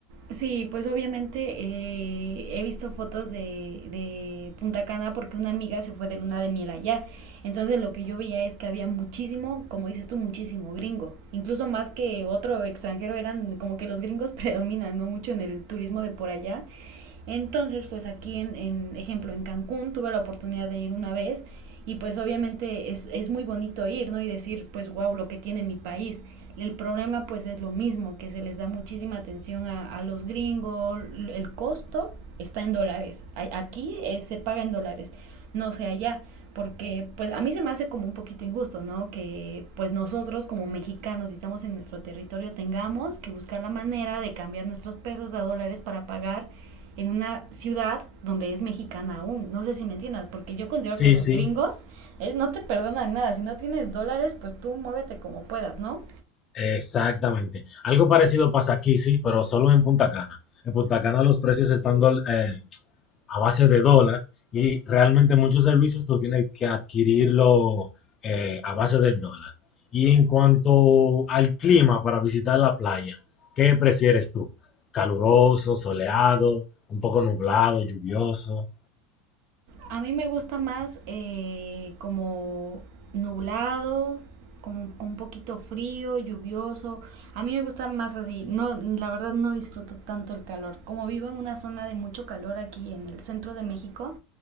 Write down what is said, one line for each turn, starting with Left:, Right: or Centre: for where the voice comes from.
Right: Sí, pues obviamente eh, he visto fotos de, de Punta Cana porque una amiga se fue de luna de miel allá. Entonces lo que yo veía es que había muchísimo, como dices tú, muchísimo gringo. Incluso más que otro extranjero eran como que los gringos <laughs> predominan, ¿no? Mucho en el turismo de por allá. Entonces, pues aquí en, en ejemplo, en Cancún tuve la oportunidad de ir una vez y pues obviamente es, es muy bonito ir, ¿no? Y decir, pues wow, lo que tiene mi país. El problema pues es lo mismo, que se les da muchísima atención a, a los gringos, el costo está en dólares, aquí eh, se paga en dólares, no sé allá, porque pues a mí se me hace como un poquito injusto, ¿no? Que pues nosotros como mexicanos, si estamos en nuestro territorio, tengamos que buscar la manera de cambiar nuestros pesos a dólares para pagar en una ciudad donde es mexicana aún. No sé si me entiendas, porque yo considero
Left: Sí,
Right: que los
Left: sí,
Right: gringos eh, no te perdonan nada. Si no tienes dólares, pues tú muévete como puedas, ¿no?
Left: exactamente. Algo parecido pasa aquí, sí, pero solo en Punta Cana. En Punta Cana los precios están dol- eh, a base de dólar y realmente muchos servicios tú tienes que adquirirlo eh, a base del dólar. Y en cuanto al clima para visitar la playa, ¿qué prefieres tú? ¿Caluroso, soleado, un poco nublado, lluvioso?
Right: A mí me gusta más eh, como nublado, como un poquito frío, lluvioso. A mí me gusta más así. No, la verdad no disfruto tanto el calor. Como vivo en una zona de mucho calor aquí en el centro de México,